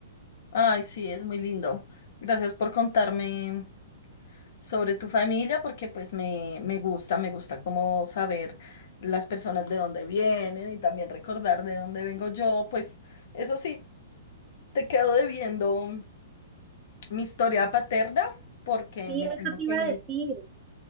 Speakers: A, on the left; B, on the right.
A: Ay, sí, es muy lindo. Gracias por contarme sobre tu familia, porque pues me, me gusta, me gusta como saber las personas de dónde vienen y también recordar de dónde vengo yo. Pues eso sí, te quedo debiendo mi historia paterna, porque
B: Sí,
A: me tengo
B: eso te
A: que
B: iba
A: ir.
B: a decir.